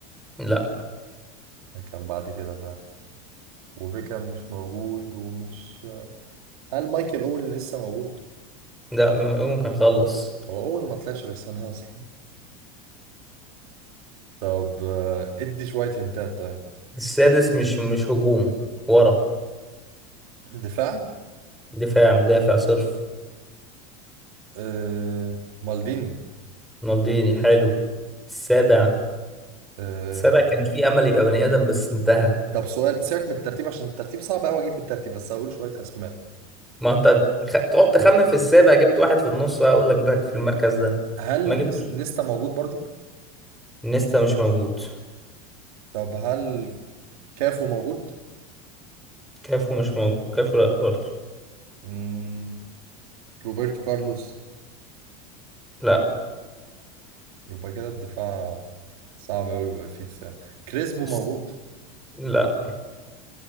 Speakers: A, in the centre; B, on the right.
A: لا
B: كان بعد كده فعلا وبيكام مش موجود ومش هل مايكل أوين لسه موجود؟
A: لا م- ممكن خلص
B: هو أوين ما طلعش غير سنة أصلا طب آه، ادي شوية هنتات طيب
A: السادس مش مش هجوم ورا
B: دفاع
A: دفاع مدافع صرف
B: آه مالديني
A: مالديني حلو السابع
B: آه
A: السابع كان في امل يبقى بني ادم بس انتهى
B: طب سؤال سيبك من الترتيب عشان الترتيب صعب قوي اجيب بالترتيب بس هقول شوية اسماء
A: ما انت خ... تقعد تخمن في السابع جبت واحد في النص هقول لك ده في المركز ده
B: هل
A: ما جبتش
B: نس... نيستا موجود برضه
A: نيستا مش موجود
B: طب هل كافو موجود
A: كافو مش موجود كافو لا برضه
B: مم. روبرتو كارلوس
A: لا
B: يبقى كده الدفاع صعب قوي يبقى فيه دفاع كريسبو
A: الس-
B: موجود
A: لا